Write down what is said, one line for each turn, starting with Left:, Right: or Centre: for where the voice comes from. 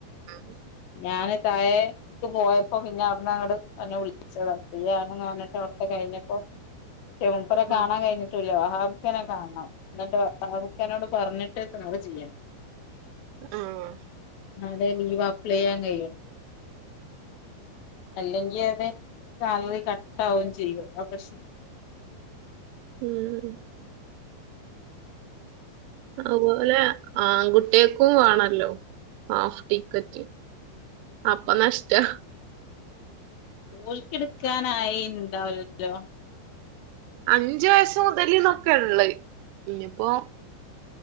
Right: ഉം
Left: ഞാന് താഴേക്ക് പോയപ്പോ പിന്നെ അവിടന്ന് അങ്ങട് എന്നെ വിളിച്ചതാണെന്ന്. <unintelligible> അവിടത്തെ കഴിഞ്ഞപ്പോ
Right: <unintelligible>
Left: ചെു കാണാൻ
Right: ആഹ്
Left: കഴിഞ്ഞിട്ടൂില്ല വഹാബ്ിക്കനെ കാണണം എന്നിട്ട് പാവത്താനോട് പറഞ്ഞിട്ട് നാള് ചെയ്യണം
Right: ആഹ
Left: എന്നാലെ ലീവ് അപ്ലൈ ചെയ്യാൻ കഴിയു. അല്ലെങ്കി അതെ സാലറികട്ട് ആാവയും ചെയും ആ പ്രശാന
Right: ഉം ഉ അതുപോലെ ആൺകുട്ടികക്കും വേണല്ലോ ഹാഫ് ടിക്കറ്റ് അപ്പൊ നഷ്ടം
Left: ഓൽക്കെടുക്കാനായി ഇണ്ടാവല്ലോ
Right: അഞ്ചു വയസ് മുതല്ന്നൊക്കെയ ഉള്ളുഇനിയിപ്പോൊ